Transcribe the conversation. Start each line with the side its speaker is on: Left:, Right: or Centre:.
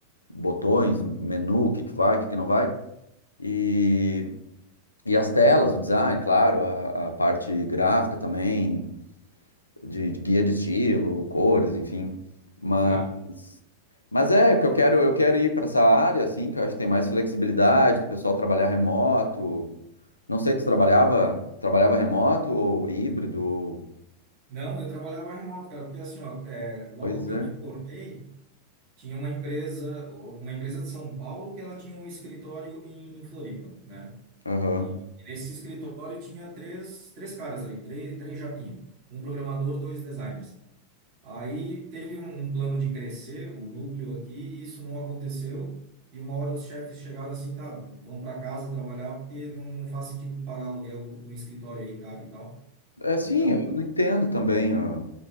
Left: botões, menu, o que que vai, o que que não vai. E e as telas, o design, claro, a, a parte gráfica também, de, de guia de estilo, cores, enfim. Mas,
Right: Certo.
Left: mas é, que eu quero, eu quero ir para essa área, assim, que eu acho que tem mais flexibilidade, do pessoal trabalhar remoto. Não sei, tu trabalhava, trabalhava remoto ou híbrido?
Right: Não, eu trabalhava remoto, cara, porque assim, ó, é, logo
Left: Pois
Right: que
Left: é.
Right: eu me formei, tinha uma empresa, uma empresa de São Paulo que ela tinha um escritório em, em Floripa, né?
Left: Aham.
Right: E nesse escritório tinha três, três caras ali, três, três japinha, um programador, dois designers. Aí teve um, um plano de crescer o núcleo aqui e isso não aconteceu. E uma hora os chefes chegaram assim, tá, vão para casa trabalhar porque não, não faz sentido pagar aluguel do, do escritório aí caro e tal.
Left: É, sim,
Right: Então,
Left: eu não entendo também a